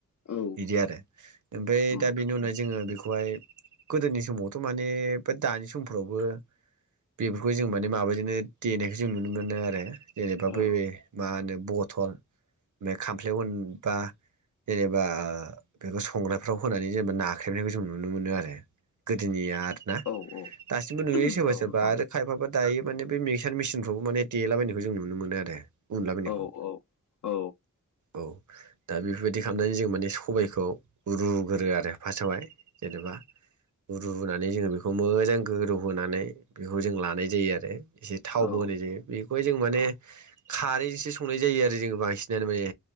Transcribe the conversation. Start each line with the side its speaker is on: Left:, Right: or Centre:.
Left: औ
Right: बिदि आरो ओमफ्राय
Left: उम
Right: दा बेनि उनावाय जोङो बेखौहाय गोदोनि समावथ' माने दानि समफ्रावबो बेफोरखौ जों माने माबाजोंनो देनायखौ जों नुनो मोनो आरो जेनेबा बै
Left: औ
Right: बे मा होनो बथल खामफ्ले अनबा जेनेबा बेखौ संग्राफ्राव होनानै जेनेबा नाख्रेबनायखौ जों नुनो मोनो आरो गोदोनिया ना
Left: औ
Right: दासिमबो नुयो सोरबा
Left: औ
Right: सोरबा
Left: नोंथां
Right: आरो खायफाबा दायो माने बे मिक्सार मेसिनफ्रावबो माने देलाबायनायखौ जों नुनो मोनो आरो उनला बायनायखौ
Left: औ औ औ
Right: औ दा बेफोरबायदि खालामनानै जों माने सबायखौ खौ रुग्रो आरो फास्टआवहाय जेनेबा रुनानै जोङो बेखौ मोजां गोदौहोनानै बेखौ जों लानाय जायो आरो एसे थावबो
Left: औ
Right: होनाय जायो बेखौहाय जों माने
Left: औ
Right: खारैजोंसो संनाय जायो आरो जों बांसिनानो माने